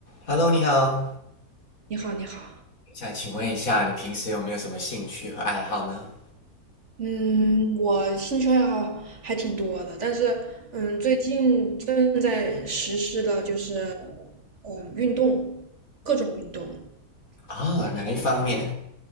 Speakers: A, on the left (about 60°); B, on the right (about 50°).
A: Hello，你好，
B: 你好，你好。
A: 想请问一下，你平时有没有什么兴趣和爱好呢？
B: 嗯，我兴趣爱好还挺多的，但是嗯，最近正在实施的就是嗯运动，各种运动。
A: 啊、
B: 你呢？
A: 哪一方面？